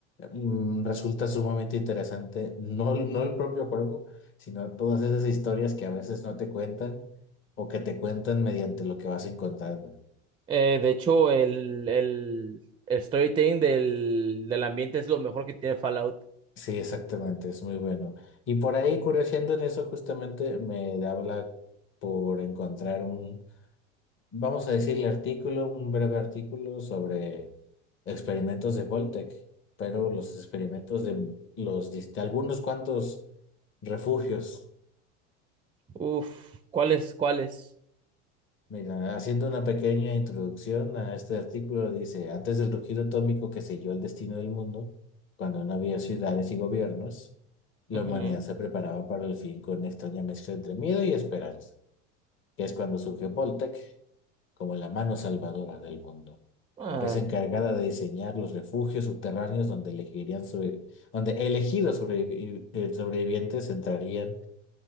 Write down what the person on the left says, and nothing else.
mm, resulta sumamente interesante, no, no el propio juego, sino todas esas historias que a veces no te cuentan o que te cuentan mediante lo que vas encontrando.
Sí, exactamente, es muy bueno. Y por ahí, curioseando en eso, justamente me habla por encontrar un... Vamos a decirle artículo, un breve artículo sobre experimentos de Voltec, pero los experimentos de los dis- de algunos cuantos refugios.
Mira, haciendo una pequeña introducción a este artículo, dice, antes del rugido atómico que selló el destino del mundo, cuando no había ciudades y gobiernos, la
humanidad se preparaba para el fin con una extraña mezcla entre miedo y esperanza, que es cuando surgió Voltec. como la mano salvadora del mundo,
empresa encargada de diseñar los refugios subterráneos donde elegirían sobre- donde elegidos sobrevivi- eh, sobrevivientes entrarían